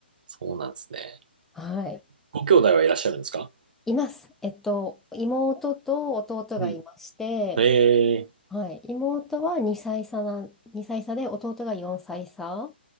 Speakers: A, on the right; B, in the centre.
A: そうなんですね。
B: はい。
A: ご兄弟はいらっしゃるんですか
B: います。えっと、妹と弟がいまして、
A: うん。ええ
B: はい。妹は2歳差な、2歳差で、弟が4歳差